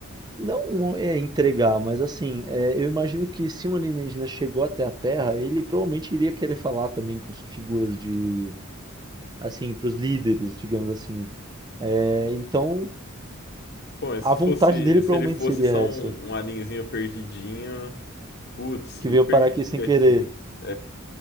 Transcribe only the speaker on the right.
não é entregar, mas assim, é, eu imagino que se um alienígena chegou até a Terra, ele provavelmente iria querer falar também com as figuras de, assim, para os líderes, digamos assim. É, então,
a
vontade dele provavelmente
seria
essa,
que
veio
parar aqui sem
querer.